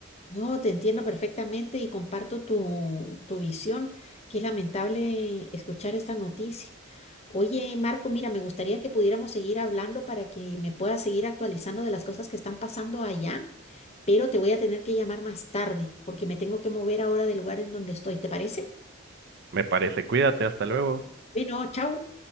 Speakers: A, on the left (about 30°); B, on the right (about 55°).
A: No, te entiendo perfectamente y comparto tu, tu visión. Qué lamentable escuchar esta noticia. Oye, Marco, mira, me gustaría que pudiéramos seguir hablando para que me puedas seguir actualizando de las cosas que están pasando allá, pero te voy a tener que llamar más tarde porque me tengo que mover ahora del lugar en donde estoy. ¿Te parece?
B: Me parece, cuídate, hasta luego.
A: Bueno, chao.